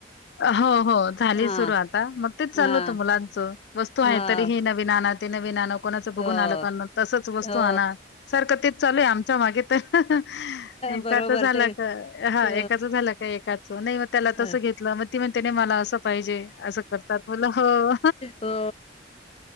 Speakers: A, on the left; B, on the left.
A: हो हो झाली
B: हा
A: सुरू आता मग, तेच चालू
B: हा
A: होतं मुलांच. वस्तू हाय
B: हा
A: तरी हे नवीन आना नवीन आण कोणाच
B: हो
A: बघून आलं का तसच वस्तू
B: हो
A: आणा. सारखं तेच चालूय आमच्या मागे. <unintelligible> एकाच
B: बरोबर
A: झाला
B: ते
A: का, हा
B: अ
A: एकाच झाला का एकाचं नाही म त्याला
B: अ.
A: तस घेत <unintelligible> मग ती म्हणते नाही मला असं पाहिजे. असं करतात मुल, हो
B: हो